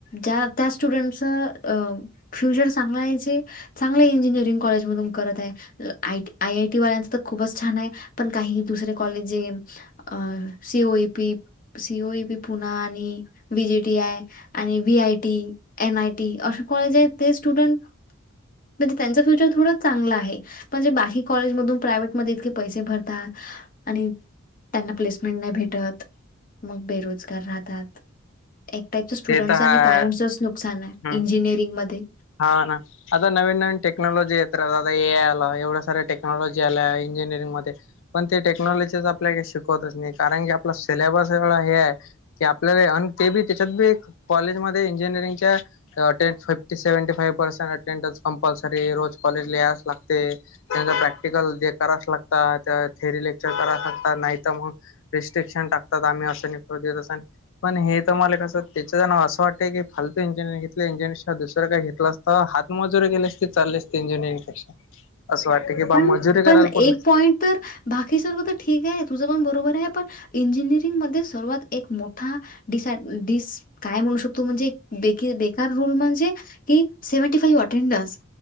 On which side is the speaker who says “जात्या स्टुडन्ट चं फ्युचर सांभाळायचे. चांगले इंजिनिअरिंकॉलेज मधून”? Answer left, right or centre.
Left